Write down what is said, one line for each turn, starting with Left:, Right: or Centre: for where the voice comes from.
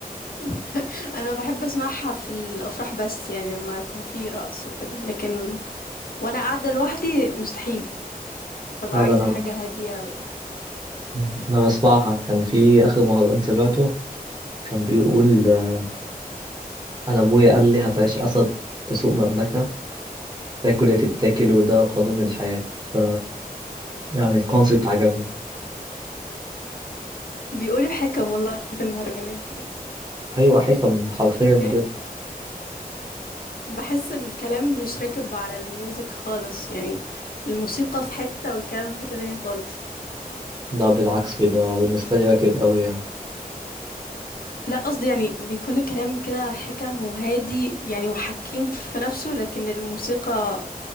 Left: <laughs> انا بحب اسمعها في الافراح بس يعني لما يكون في رقص وكده لكن وانا قاعدة لوحدي مستحيل ببقى
Right: لا
Left: عايزة
Right: لا أنا
Left: حاجة هادية و...
Right: مم. أنا بسمعها كان في آخر مهرجان سمعته كان بيقول آه، أنا أبويا قال لي هتعيش أسد تسوق مملكة تاكل يا تتاكل وده قانون الحياة ف يعني الكونسيبت عجبني
Left: بيقولوا حكم والله في المهرجانات دي
Right: أيوة حكم حرفيا بجد
Left: <laughs> بحس الكلام مش راكب على الميوزك خالص يعني الموسيقى في حتة والكلام في حتة تانية خالص
Right: لا بالعكس بيبقى بالنسبة لي راكب أوي يعني
Left: لا قصدي يعني بيكون الكلام كده حكم وهادي يعني وحكيم في نفسه لكن الموسيقى